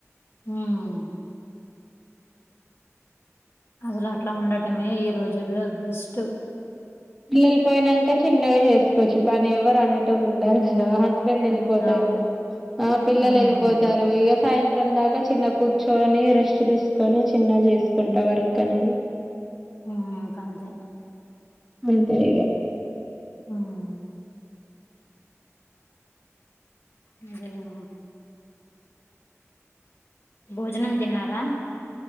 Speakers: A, on the left; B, in the centre.
A: ఉమ్ అసలు అట్లా ఉండటమే ఈ రోజుల్లో బెస్ట్
B: పిల్లలు పోయినాక చిన్నగా చేసుకోచ్చు పని ఎవరు అనేటోళ్ళు ఉండరు కదా హస్బెండ్
A: హ్మ్.
B: వెళ్ళిపోతారు
A: అవును.
B: ఆ పిల్లలు
A: హ్మ్.
B: వెళ్ళిపోతారు ఇగ సాయంత్రం దాకా చిన్న కూర్చొని రెస్ట్ తీసుకొని చిన్న చేసుకుంటా వర్క్ అనేది
A: మ్ ఇంకంతే
B: అంతే ఇగ
A: మ్ అదే కద భోజనం తిన్నారా